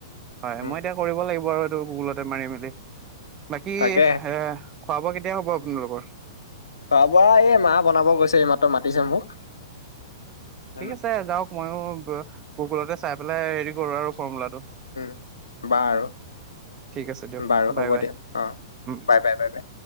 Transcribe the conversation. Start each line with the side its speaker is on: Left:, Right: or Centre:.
Right: হয়
Left: উম
Right: মই এতিয়া কৰিব লাগিব বাৰ এইটো গুগুলতে মাৰি মেলি বাকি
Left: তাকে
Right: এ খোৱা বোৱা কেতিয়া হ'ব আপোনালোকৰ
Left: খোৱা বোৱা এই মাহ বনাব গৈছে ই মাতো মাতিছে মোক উম
Right: ঠিক আছে যাওক মইো গকুলতে চাই পেলাই হেৰি কৰো আৰু ফৰ্ম লটো
Left: উম বা আৰু
Right: ঠিক আছে দিয়ক
Left: বাৰু হ'ব
Right: বাই বাই
Left: দিয়া অ
Right: উম।
Left: Bye bye bye bye